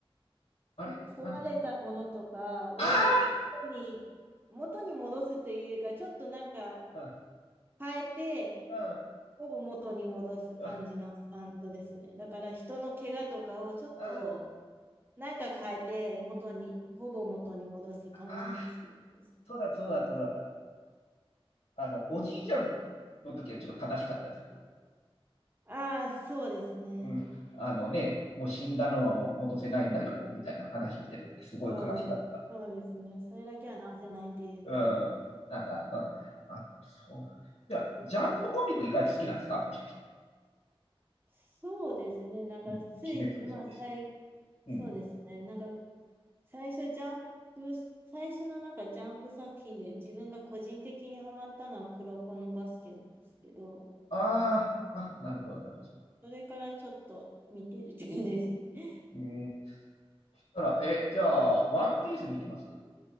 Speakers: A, on the left; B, on the right.
A: あれなんだったっけ
B: 壊れたものとかを元に、
A: あ
B: 元に戻すというよりか、ちょっとなんか
A: あう
B: 変えて、
A: ん、
B: ほぼ元に戻す感じのスタンドですね。
A: うん、
B: だから人の怪我とかをちょっと
A: あ
B: なんか変えて、元に、ほぼ元に戻す感じのスタンドです。
A: あ、そうだ、そうだ、そうだった。あの、おじいちゃんの時はちょっと悲しかったです、僕。
B: ああ、そうですね。
A: うんあのね、もう死んだのはもう戻せないんだよ、みたいな話をしてた時、すごい悲しかった
B: そう、そうですね。それだけは直せないっていうね。
A: あうん。なんか、あ、あそう。じゃあ、ジャンプコミック意外と好きなんですかもしかして。
B: そうですね。なんかつい、
A: うん。鬼滅もそうですし。
B: まあ、最、
A: うん。
B: そうですね。なんか最初ジャンプ、最初のなんかジャンプ作品で自分が個人的にハマったのは黒子のバスケなんですけど、
A: ああ、あ、なるほど、なるほど。
B: それからちょっと見てるって感じですね。<laughs>
A: うん。そしたら、え、じゃあ、ワンピース見てます